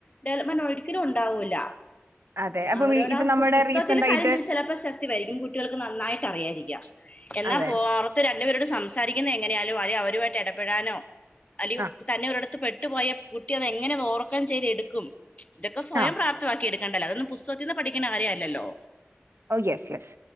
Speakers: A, on the left (about 35°); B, on the right (about 70°).
A: ഡെവലപ്മെന്റ് ഒരിക്കലും ഉണ്ടാവൂല്ല
B: അതെ അപ്പം
A: അവരോട്
B: ഈ ഇപ്പം
A: ആ
B: നമ്മുടെ
A: പുസ്തകത്തിന്റെ
B: റീസെന്റ് ആയിട്ട്
A: കാര്യം ചോദിച്ചലേപൊ ച ത്തി വര്കിം കുട്ടികൾക്ക് നന്നായിട്ട് അറിയാരിക്കാം എന്നാ
B: അതെ
A: പോവാറോ ത് രണ്ടുപേരോട് സംസാരിക്കുന്ന എങ്ങനെയാലും അവരുമായിട്ട് ഇടപെടാനോ അലിയൂ
B: ആ
A: തന്നെ ഒരിടത്ത് പെട്ടുപോയ കുട്ടി അത് എങ്ങനെ ഓർക്കം ചെയ്ത എടുക്കും ഇതൊക്കെ സ്വയം
B: ആ
A: പ്രാപ്തമാക്കി എടുക്കണ്ടല്ലോ അതൊന്ന് പുസ്തകത്തിന്ന് പഠിക്ണ കാര്യല്ലല്ലോ
B: ഓ, യസ്, യസ്